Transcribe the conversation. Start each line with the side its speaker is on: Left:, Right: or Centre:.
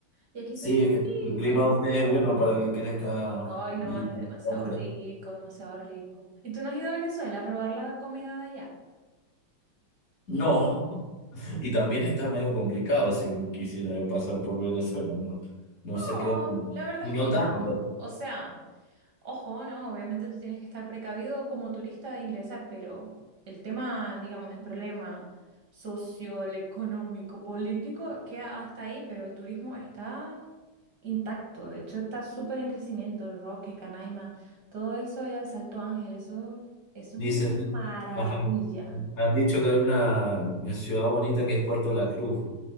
Right: Y aquí
Left: Sí,
Right: son chiquitos.
Left: es que el clima de ustedes es bueno para que crezca
Right: Ay,
Left: la
Right: no, es demasiado
Left: palta.
Right: rico, demasiado rico. ¿Y tú no has ido a Venezuela a probar la comida de allá?
Left: No, <laughs> y también está medio complicado si uno quisiera pasar por Venezuela, ¿no? No sé
Right: No,
Left: qué, onda.
Right: la verdad
Left: no
Right: es que
Left: tanto,
Right: no. O sea, ojo, ¿no? Obviamente tú tienes que estar precavido como turista de ingresar, pero el tema, digamos, el problema social, económico, político queda hasta ahí, pero el turismo está intacto. De hecho, está súper en crecimiento. El Roque, Canaima, todo eso allá, el Salto Ángel, eso, eso
Left: dicen.
Right: es una maravilla.
Left: Ajá. Han dicho que hay una ciudad bonita que es Puerto La Cruz.